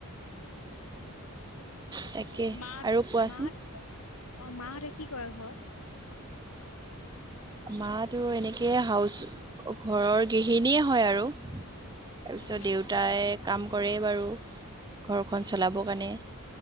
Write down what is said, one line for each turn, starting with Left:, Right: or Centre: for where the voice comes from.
Right: তাকে
Left: অ' মা
Right: আৰু কোৱাচোন।
Left: মাহঁত অ', মাহঁতে কি কৰে ঘৰত?
Right: মাটো এনেকে হাউচ ঘৰৰ গৃহিনীয়ে হয় আৰু তাৰ
Left: অ'।
Right: পিছত দেউতাই কাম কৰে বাৰু, ঘৰখন
Left: অ',
Right: চলাব কাৰণে।